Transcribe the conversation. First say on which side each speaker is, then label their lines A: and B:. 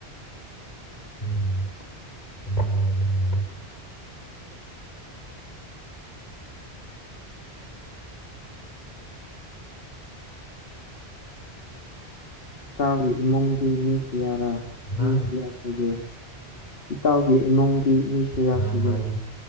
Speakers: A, on the left; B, on the left.
A: ꯎꯝ ꯅꯪ ꯂꯩꯔꯗꯤ ꯅꯨꯡꯉꯥꯏꯅꯤ
B: ꯏꯇꯥꯎꯒꯤ ꯏꯃꯨꯡꯗꯤ ꯃꯤ ꯀꯌꯥꯔꯥ
A: ꯅꯪ
B: ꯃꯤ ꯀꯌꯥ ꯁꯨꯒꯦ ꯏꯇꯥꯎꯒꯤ ꯏꯃꯨꯡꯗꯤ ꯃꯤ ꯀꯌꯥ
A: ꯑꯥ
B: ꯁꯨꯒꯦ
A: ꯃꯔꯤ